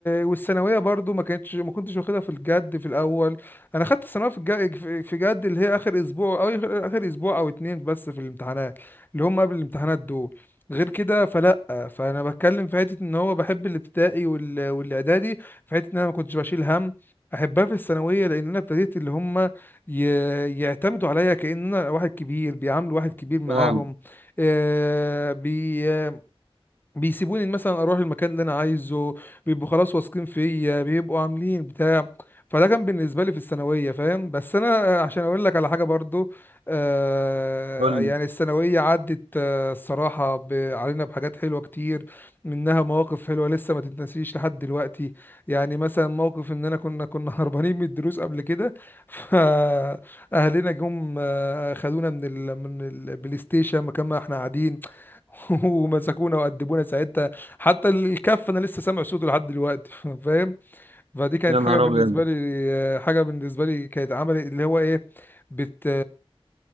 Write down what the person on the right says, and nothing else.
اه
قول
لي
يا
نهار
ابيض